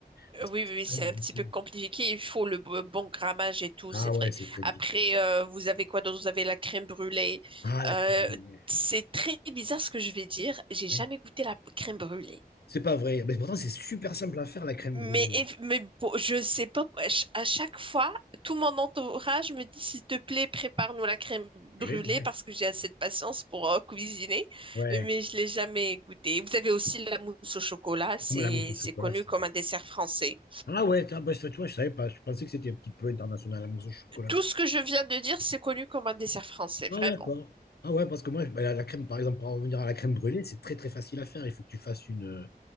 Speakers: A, on the right (about 35°); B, on the left (about 80°).
A: Euh,
B: Parce
A: Oui,
B: que c'est
A: oui, oui,
B: très
A: c'est
B: difficile.
A: un petit peu compliqué. Il faut le b- bon grammage et tout,
B: Ah,
A: c'est
B: ouais,
A: vrai.
B: c'est très
A: Après,
B: difficile.
A: euh, vous avez quoi d'autre? Vous avez la crème brûlée.
B: Ah, la
A: Euh,
B: crème brûlée.
A: c'est très bizarre ce que je vais dire. J'ai jamais
B: Ouais.
A: goûté la crème brûlée.
B: C'est pas vrai. Mais pourtant, c'est super simple à faire, la crème
A: Mais,
B: brûlée.
A: eff- mais bon, je sais pas. ch- À chaque fois, tout mon entourage me dit, s'il te plaît, prépare-nous la crème brûlée
B: Brûlée, Ouais.
A: parce que j'ai assez de patience pour euh, cuisiner.
B: Ouais.
A: Mais je l'ai jamais goûtée. Vous avez aussi la mousse au chocolat. C'est,
B: Comme la mousse au chocolat,
A: c'est connu
B: c'est.
A: comme un dessert français.
B: Ah ouais, ah bah, ça, tu vois, je savais pas. Je pensais que c'était un petit peu international, la mousse au chocolat.
A: Tout ce que je viens de dire, c'est connu comme un dessert français,
B: Ah
A: vraiment.
B: d'accord. Ah ouais, parce que moi, bah, la, la crème, par exemple, pour en revenir à la crème brûlée, c'est très très facile à faire. Il faut que tu fasses une, euh,